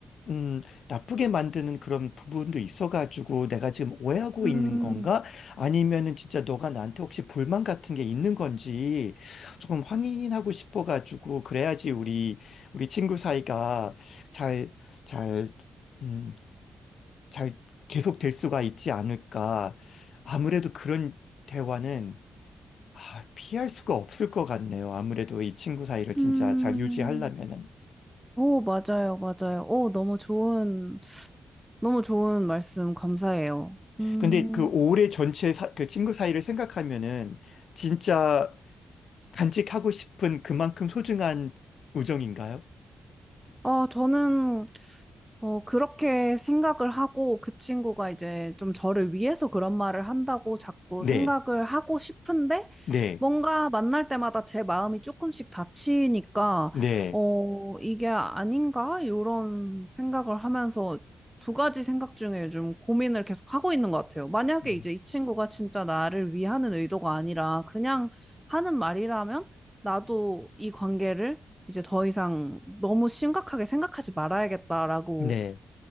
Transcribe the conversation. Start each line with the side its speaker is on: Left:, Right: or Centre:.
Left: 음, 나쁘게 만드는 그런 부분도 있어가지고 내가 지금 오해하고
Centre: 음,
Left: 있는 건가? 아니면은 진짜 너가 나한테 혹시 불만 같은 게 있는 건지 조금 확인하고 싶어가지고 그래야지 우리, 우리 친구 사이가 잘, 잘, 음, 잘 계속 될 수가 있지 않을까. 아무래도 그런 대화는 아, 피할 수가 없을 것 같네요. 아무래도 이 친구 사이를 진짜
Centre: 음.
Left: 잘 유지하려면은.
Centre: 오, 맞아요, 맞아요. 오, 너무 좋은, 너무 좋은 말씀 감사해요. 음,
Left: 근데 그 올해 전체 사, 그 친구 사이를 생각하면은 진짜 간직하고 싶은 그만큼 소중한 우정인가요?
Centre: 아, 저는 어, 그렇게 생각을 하고 그 친구가 이제 좀 저를 위해서 그런 말을 한다고 자꾸
Left: 네,
Centre: 생각을 하고 싶은데
Left: 네,
Centre: 뭔가 만날 때마다 제 마음이 조금씩 다치니까
Left: 네,
Centre: 어, 이게 아닌가? 이런 생각을 하면서 두 가지 생각 중에 요즘 고민을 계속 하고 있는 것 같아요. 만약에
Left: 네,
Centre: 이제 이 친구가 진짜 나를 위하는 의도가 아니라 그냥 하는 말이라면 나도 이 관계를 이제 더 이상 너무 심각하게 생각하지 말아야겠다라고
Left: 네.